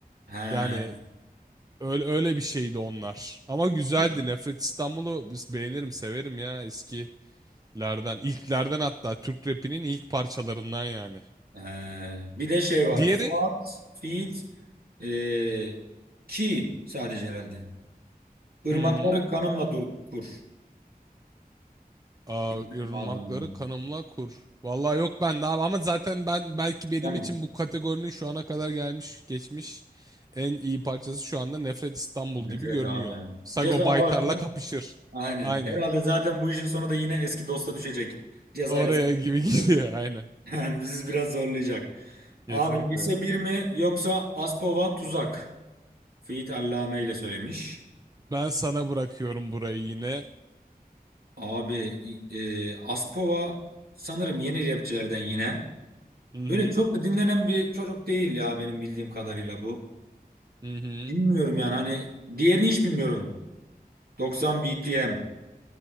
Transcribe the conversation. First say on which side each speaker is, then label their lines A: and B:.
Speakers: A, on the right; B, on the right.
A: He.
B: Yani Öyle, öyle bir şeydi onlar. Ama güzeldi.
A: Bir,
B: Nefret İstanbul'u biz beğenirim, severim ya eskilerden. İlklerden hatta Türk rapinin ilk parçalarından yani.
A: he. Bir de şey var.
B: Diğeri?
A: Fuat, Fit, e, Ki sadece herhalde. Irmakları
B: Hmm.
A: kanımla dur kur.
B: Aa,
A: İstedim
B: Irmakları
A: abi ben bunu.
B: kanımla kur. Vallahi yok ben daha ama zaten ben belki benim
A: Yani
B: için bu kategorinin şu ana kadar gelmiş geçmiş en iyi parçası şu anda Nefret İstanbul
A: nefret
B: gibi görünüyor.
A: abi yani.
B: Sago
A: Ceza varsa
B: Baytar'la kapışır.
A: aynen.
B: Aynen.
A: Herhalde zaten bu işin sonu da yine eski dosta düşecek. Cezayla
B: Oraya
A: sarılacak.
B: gibi <laughs> gidiyor
A: <laughs>
B: aynen.
A: Yani bizi biraz zorlayacak.
B: Kesinlikle.
A: Abi lise bir mi yoksa Aspova tuzak? Fiyit Allame ile söylemiş.
B: Ben sana bırakıyorum burayı yine.
A: Abi e, Aspova sanırım yeni rapçilerden yine.
B: Hı hı.
A: Öyle çok da dinlenen bir çocuk değil ya benim bildiğim kadarıyla bu.
B: Hı hı.
A: Bilmiyorum yani hani diğerini hiç bilmiyorum. 90 BPM.